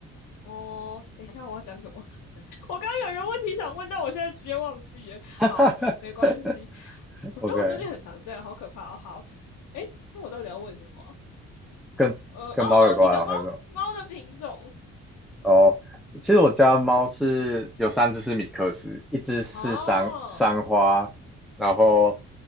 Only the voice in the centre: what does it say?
<laughs>
OK，
跟跟猫有关啊，
还是什么哦，其实我家猫是有三只是米克斯，一只是三三花，
然后